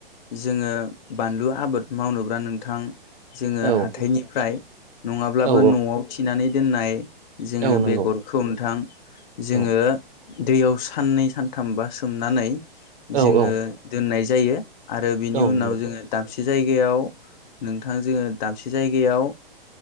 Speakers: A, on the left; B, on the right.
A: जोङो बानलु आबाद मावनोब्ला नोंथां जोङो
B: औ
A: हाथायनिफ्राय नङाब्लाबो
B: औ
A: न'आव थिनानै दोननाय जोङो
B: औ नंगौ
A: बेगरखौ नोंथां, जोङो
B: औ
A: दैयाव साननै सानथाम बा सोमनानै
B: औ
A: जोङो
B: औ
A: दोननाय जायो आरो बिनि
B: औ
A: उनाव
B: नंगौ
A: जोङो दाब से जायगायाव नोंथां जोङो दाबसे जायगायाव